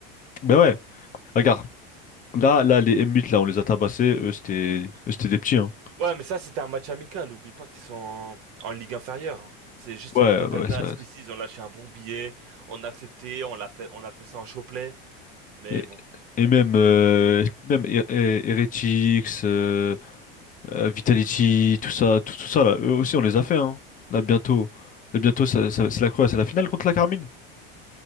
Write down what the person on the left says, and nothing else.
Ben ouais, regarde. Là, là, les M8, là, on les a tabassés. Eux, c'était eux, c'était des petits, hein.
Ouais,
ouais, ça.
Et,
et même, euh, même Her- Her- Heretics, euh, euh, Vitality, tout ça, tout, tout ça là, eux aussi on les a fait hein. Là bientôt, là bientôt ça- ça- c'est la quoi? C'est la finale contre la Carmine?